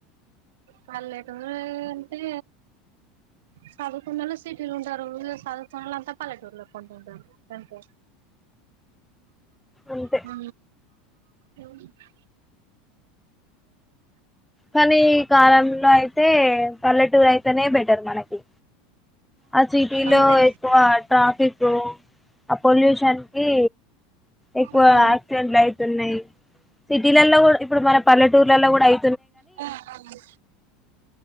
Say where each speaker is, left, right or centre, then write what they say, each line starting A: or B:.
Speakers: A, on the right; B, in the centre.
A: పల్లెటూరు అంటే చదువుకున్నళ సిటీలు ఉంటారు చదువుకునోళ్ళు అంతా పల్లెటూరులో కొంట ఉంటారు అంటే
B: అంతే
A: హ ఎంటా
B: కానీ ఈ కాలంలో అయితే పల్లెటూరు అయిత నే బెటర్ మనకి ఆ సిటీలో
A: అంతే
B: ఎక్కువ ట్రాఫికూ అ పొల్యూషన్ కి ఎక్కువ
A: ఆ ఆ
B: ఆక్సిడెంట్లు అవుతున్నాయి సిటీలల్లో కూడా ఇప్పుడు మన పల్లెటూర్లలో కూడాయి
A: ఉమ్